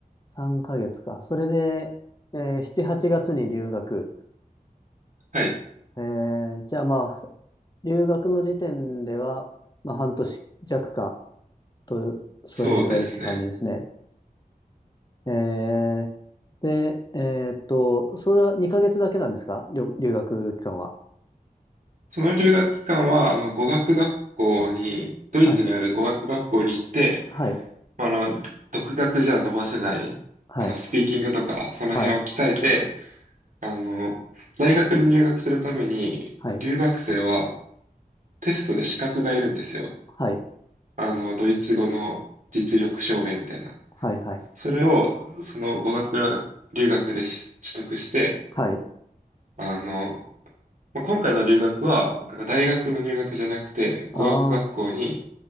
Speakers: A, on the left; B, on the right.
A: 3ヶ月か。それで、えー、7、8月に留学。
B: はい、
A: えー、じゃあまあ、留学の時点では、まあ、半年弱かと、それぐらいって感じですね。
B: そうですね。
A: えー、で、えーっと、それは2ヶ月だけなんですか留、留学期間は。
B: その留学期間は、あの、語学学校に、ドイツにある語学学校に行って、
A: はい。はい。
B: まあの、独学じゃ伸ばせない、
A: はい。
B: あの、スピーキングとか、その辺を鍛えて、
A: はい。
B: あの、大学に入学するために、
A: はい。
B: 留学生はテストで資格がいるんですよ。
A: はい。
B: あの、ドイツ語の実力証明みたいな。
A: はい。はい。
B: それを、その語学留学でし取得して、
A: はい。
B: あの、まあ今回の留学は、なんか大学の入学じゃなくて、語学学校に
A: ああ、